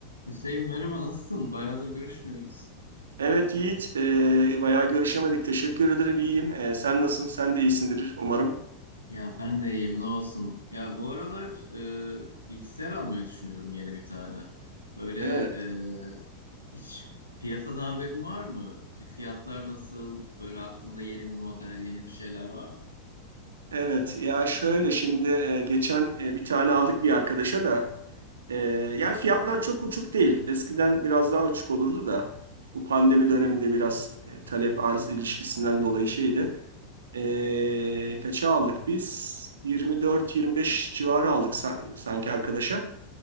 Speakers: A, on the left; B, on the right.
A: Hüseyin merhaba nasılsın? Bayağıdır görüşmüyoruz.
B: Evet Yiğit, e, bayağı görüşemedik. Teşekkür ederim, iyiyim. E, sen nasılsın? Sen de iyisindir umarım.
A: Ya ben de iyiyim ne olsun. Ya bu aralar e, bilgisayar almayı düşünüyorum yeni bir tane. Böyle
B: Evet,
A: e, hiç piyasadan haberin var mı? Fiyatlar nasıl? Böyle aklında yeni bir model, yeni bir şeyler var mı?
B: evet. Ya şöyle şimdi e, geçen e, bir tane aldık bir arkadaşa da. E, ya fiyatlar çok uçuk değil. Eskiden biraz daha uçuk olurdu da. Bu pandemi döneminde biraz e, talep arz ilişkisinden dolayı şeydi. E, kaça aldık biz? 24-25 civarı aldık san- sanki arkadaşa.